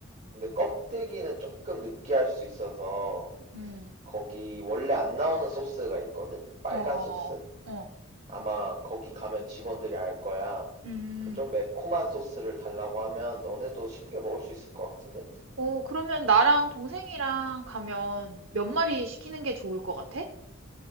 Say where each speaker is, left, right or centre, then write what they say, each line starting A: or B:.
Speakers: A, on the right (about 35°); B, on the right (about 70°).
A: 근데 껍데기는 조금 느끼할 수 있어서
B: 음,
A: 거기 원래 안 나오는 소스가 있거든? 빨간
B: 어, 어,
A: 소스?
B: 어,
A: 아마 거기 가면 직원들이 알 거야.
B: 음.
A: 그 좀 매콤한 소스를 달라고 하면 너네도 쉽게 먹을 수 있을 것 같은데?
B: 오, 그러면 나랑 동생이랑 가면 몇 마리 시키는 게 좋을 것 같아?